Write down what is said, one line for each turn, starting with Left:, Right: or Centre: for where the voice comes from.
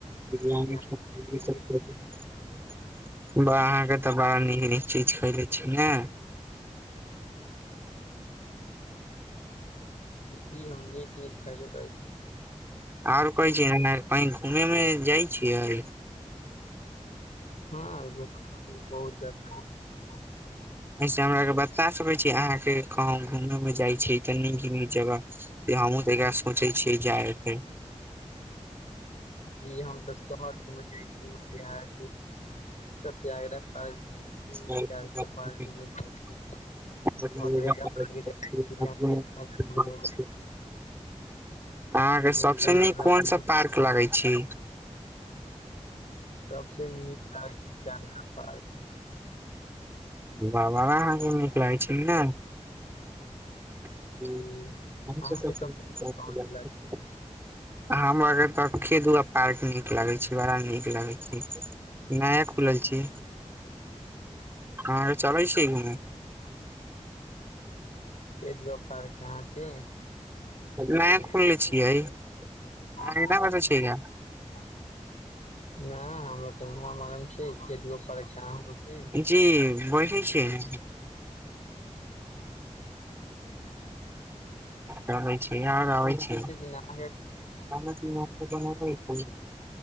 Right: बिरयानी
Left: बिरियानी
Right: <unintelligible>
Left: खेलियै ई सब
Right: बाह अहाँके तऽ बड़ा नीक नीक चीज खयले छी ने
Left: जी हम नीक नीक खायबे करै छी
Right: आरो कहै छी ने कही घूमे मे जाइ छियै
Left: हँ घुमे बहुत जगह जाय छियै
Right: ऐसे हमरा के बता सकै छी अहाँ के कहंँ घूमे उमें जाय छियै त नीक नीक जगह हमहूँ तइका सोचे छियै जाय के
Left: जी हम तऽ शहर घुम ल जाय छीह <unintelligible> स त्यागरा पार्क जाइ छै
Right: जायके
Left: चारखा पार्क घुमय जाइ छै
Right: लगेगा
Left: जाइ
Right: पार्क पर,
Left: छी
Right: हमको नहीं पता उसके।
Left: <unintelligible>
Right: अहाँके
Left: छी
Right: सभसँ
Left: ई सब
Right: नीक
Left: जगह
Right: कोनसा पार्क लगै छी
Left: सबस नीक लागे छै चारखा पार्क
Right: बाबा अहाँके नीक लागै छै ने <unintelligible>
Left: जी अहाँके सबसे नीक कोन चीज लागै छै
Right: हमर एकर खेत दु पार्क नीक लगे छै बड़ा नीक लगै छै नया खुलल छै हँ चलै छी घुमे
Left: खेत गो पार कहाँ छी <unintelligible>
Right: नया खुलले छियै अहाँके नहि पता छै का
Left: नह हमरा त मालूम छिय खेतो उ पार का होतेय
Right: जी बढ़िया छियै कहै छी आर आबै छी
Left: कि नहि <inaudible>
Right: त <inaudible>